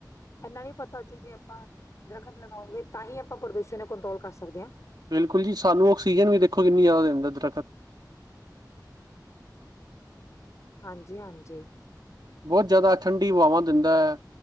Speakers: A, on the left; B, on the right.
A: ਇਨਾ ਨੀ ਪਤਾ, ਜੀ, ਜੇ ਆਪਾਂ ਦਰੱਖਤ ਲਗਾਉਂਗੇ ਤਾਂ ਹੀ ਆਪਾਂ ਪ੍ਰਦੂਸ਼ਣ ਨੂੰ ਕੰਟਰੋਲ ਕਰ ਸਕਦੇ ਆਂ।
B: ਬਿਲਕੁਲ ਜੀ, ਸਾਨੂੰ ਆਕਸੀਜਨ ਵੀ ਦੇਖੋ ਕਿੰਨੀ ਜ਼ਾਦਾ ਦਿੰਦਾ ਦਰਖਤ।
A: ਹਾਂਜੀ ਹਾਂਜੀ
B: ਬਹੁਤ ਜ਼ਿਆਦਾ ਠੰਡੀ ਹਵਾਵਾਂ ਦਿੰਦਾ ਹੈ